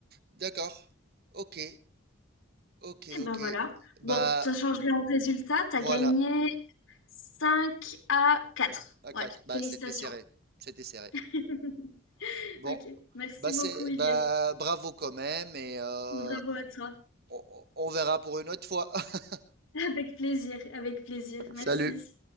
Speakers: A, on the right; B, on the left.
A: D'accord. Ok. Ok.
B: Eh ben
A: Ok.
B: voilà.
A: Bah
B: Bon, ça change rien au résultat. T'as
A: voilà.
B: gagné Cinq à 4.
A: À
B: Ouais,
A: 4. Bah
B: félicitations.
A: c'était serré. C'était serré.
B: <laughs>
A: Bon.
B: Ok, merci
A: Bah c'est
B: beaucoup Ilyes.
A: bah bravo quand même et euh,
B: Bravo à toi.
A: on on- on verra pour une autre fois. <laughs>
B: Avec plaisir, avec plaisir. Merci.
A: Salut.